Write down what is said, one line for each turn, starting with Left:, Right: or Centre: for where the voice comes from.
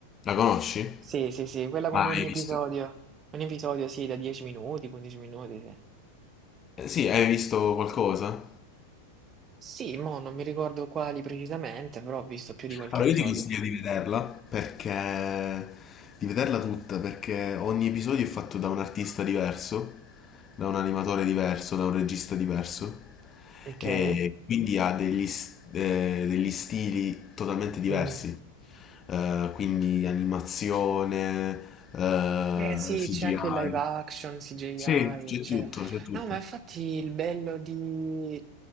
Left: La conosci?
Right: Sì, sì, sì, quella con
Left: Ma
Right: ogni
Left: hai
Right: episodio.
Left: visto?
Right: Ogni episodio sì, da 10 minuti, 15 minuti, sì.
Left: Eh, sì, hai visto qualcosa?
Right: Sì, mo' non mi ricordo quali precisamente, però ho visto più di qualche
Left: Allora,
Right: episodio.
Left: io ti consiglio di vederla perché di vederla tutta, perché ogni episodio è fatto da un artista diverso, da un animatore diverso, da un regista diverso
Right: Okay.
Left: e quindi ha degli, s- eh, degli stili totalmente diversi.
Right: Mh.
Left: Eh, quindi animazione, eh,
Right: Eh sì,
Left: CGI.
Right: c'è anche il live action, CGI,
Left: Sì, c'è
Right: eccetera.
Left: tutto, c'è tutto.
Right: No, ma infatti il bello di...